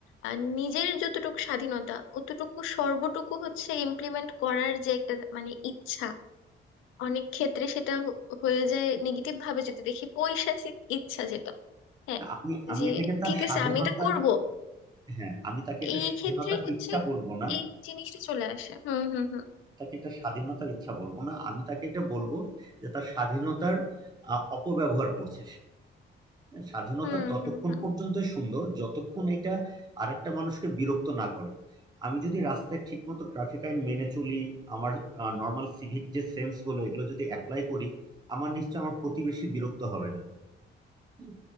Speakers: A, on the left; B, on the right.
A: আহ, নিজের যতটুকু স্বাধীনতা অতটুকু সর্বটুকু হচ্ছে ইমপ্লিমেন্ট করার যে একটা মানে ইচ্ছা অনেক ক্ষেত্রে সেটা হ- হয়ে যায় নেগেটিভ ভাবে যদি দেখি পৈশাচিক ইচ্ছা যেটা হ্যাঁ
B: আমি আমি
A: যে
B: এটাকে তার
A: ঠিক
B: স্বাধীনতার
A: আছে আমি এটা করব
B: হ্যাঁ আমি তাকে এটা
A: এই
B: স্বাধীনতার
A: ক্ষেত্রে হচ্ছে
B: ইচ্ছা বলবো না
A: এই জিনিসটা চলে আসে হুম হুম হুম
B: তাকে এটা স্বাধীনতার ইচ্ছা বলবো না আমি তাকে এটা বলবো যে তার স্বাধীনতার আহ, অপব্যবহার করছে সে স্বাধীনতা
A: হুম
B: ততক্ষণ
A: হুম হুম
B: পর্যন্ত সুন্দর যতক্ষণ এটা আরেকটা মানুষকে বিরক্ত না করে আমি যদি রাস্তায় ঠিকমতো ট্রাফিক আইন মেনে চলি আমার নর্মাল সিভিক যে সেন্স গুলো এগুলো যদি অ্যাপ্লাই করি আমার নিশ্চয় আমার প্রতিবেশী বিরক্ত হবে না হুম।